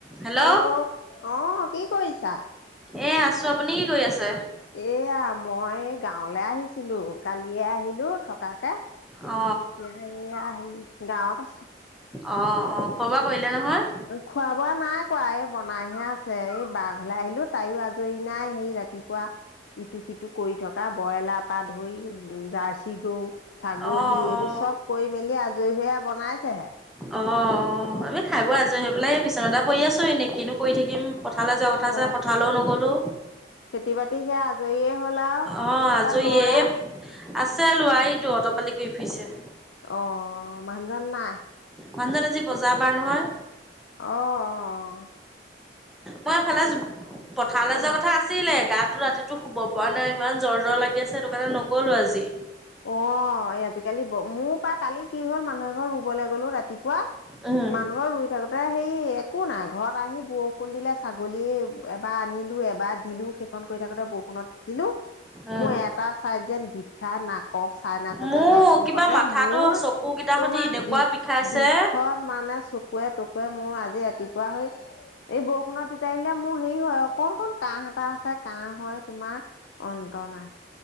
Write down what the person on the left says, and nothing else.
hello, অঁ, কি কৰিছা?
এয়া মই এই গাঁৱলে আহিছিলো, কালিয়ে আহিলো থকাকে।
এতিয়া এই আহি, গাঁৱত আছো।
খোৱা বোৱা নাই কৱা এই বনাইহে আছে এই বা ঘল আহিলো, তাইও আজৰি নাই সেই ৰাত ৰাতিপুৱা ইটো সিটো কৰি থকা বইলাৰ পৰা ধৰি উম জাৰ্চি গৰু। ছাগলী
এইবোৰ
চ'ব কৰি মেলি আজৰি হৈ‌ আও বনাইছেহে।
অ
খেতি বাতি সেয়া আজৰিয়ে হ'ল আও
তাৰপা
লৰা।
অঁ মানুহজন নাই?
অঁ অঁ অঁ
অ',
অঁ, এই আজিকালি ব, মোৰো পাই কালি কি হ'ল মানুহ এঘৰ ৰুবলে গ'লো ৰাতিপুৱা
মানুহ ঘৰত ৰুই থাকোতে সেই একো নাই ঘৰত আহি বৰষুণ দিলে ছাগলী এবাৰ আনিলোঁ এবাৰ দিলোঁ সে খন কৰি থাকোতে বৰষুণত তিতিলো
মোৰ এটা ছাইদ যেন বিষাই নাক ক চাই নাচাইছে
নাকটো
সতে
মোৰ
তোমাৰ
বি
বিষত মানে চকুৱে টকুৱে মোৰ আজি ৰাতিপুৱা হৈ এই বৰষুণৰ তিতাই দিলে মোৰ হেৰি হয় অকণমান কাঁহ এটা আছে কাঁহ হয় তোমাৰ অন্ত নাই।